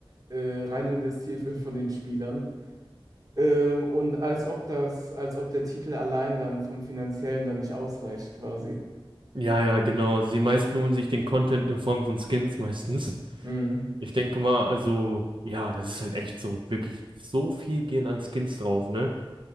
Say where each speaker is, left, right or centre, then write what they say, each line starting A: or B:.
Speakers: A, on the right (about 40°); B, on the right (about 60°).
A: äh, rein investiert wird von den Spielern. Ähm, und als ob das, als ob der Titel allein dann vom Finanziellen dann nicht ausreicht, quasi.
B: Ja, ja, genau. Also die meisten holen sich den Content in Form von Skins meistens.
A: Mhm,
B: Ich denke mal, also, ja, das ist halt echt so, wirklich so viel gehen an Skins drauf, ne?